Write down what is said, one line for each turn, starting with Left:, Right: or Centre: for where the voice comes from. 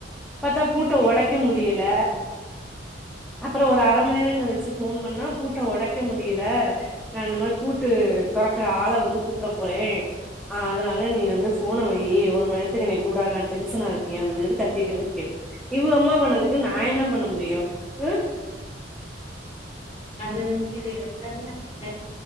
Centre: பத்தா பூட்ட ஒடைக்க முடியல அப்பறோ ஒரு அர மணி நேரோ கழிச்சி ஃபோன் பண்ணா பூட்ட ஒடைக்க முடியல நா இந்த மாரி பூட்டு தொறக்குற ஆள வந்து கூப்ட போறே ஆ அதனால நீ வந்து ஃபோன வையு ஒரு மணி நேரத்துக்கு என்ன கூப்டாத நா டென்ஷனா இருக்கே அப்டின்னு சொல்லி கத்தீட்டு வைக்கிது இவுக அம்மா பண்ணதுக்கு நா என்ன பண்ண முடியு ம்
Left: அது வந்து இது எல்லாமே அப்டிதா